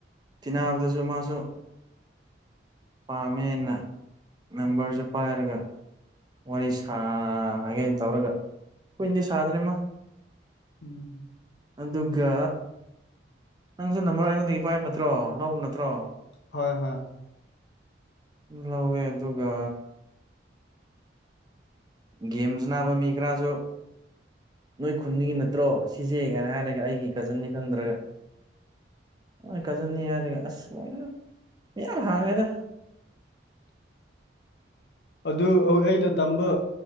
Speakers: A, on the right; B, on the left.
A: ꯇꯤꯟꯅꯕꯗꯁꯨ ꯃꯥꯁꯨ ꯄꯥꯃꯦꯅ ꯅꯝꯕꯔꯁꯤꯞꯥꯏꯔꯒ ꯋꯥꯔꯤ ꯁꯥꯒꯦꯅ ꯇꯧꯔꯒ ꯀꯨꯏꯅꯗꯤ ꯁꯥꯗ꯭ꯔꯦꯃ
B: ꯎꯝ
A: ꯑꯗꯨꯒ ꯅꯪꯁꯨ ꯅꯝꯕꯔ ꯑꯩꯉꯣꯟꯗꯒꯤ ꯏꯄꯥꯥꯏꯕ ꯅꯠꯇ꯭ꯔꯣ ꯂꯧꯕ ꯅꯠꯇ꯭ꯔꯣ
B: ꯍꯣꯏ ꯍꯣꯏ
A: ꯂꯧꯋꯦ ꯑꯗꯨꯒ ꯒꯦꯝꯁ ꯅꯥꯕ ꯃꯤ ꯈꯔꯁꯨ ꯅꯣꯏ ꯈꯨꯟꯒꯤ ꯅꯠꯇ꯭ꯔꯣ ꯁꯤꯁꯦ ꯀꯥꯏꯅ ꯍꯥꯏꯔꯒ ꯑꯩꯒꯤ ꯀꯖꯟꯅꯤ ꯈꯪꯗ꯭ꯔꯒ ꯍꯣꯏ ꯀꯖꯟꯅꯤ ꯍꯥꯏꯔꯒꯦ ꯑꯁ ꯌꯥꯝ ꯍꯥꯡꯉꯦꯗ
B: <unintelligible> ꯑꯗꯨ ꯑꯩꯅ ꯇꯝꯕ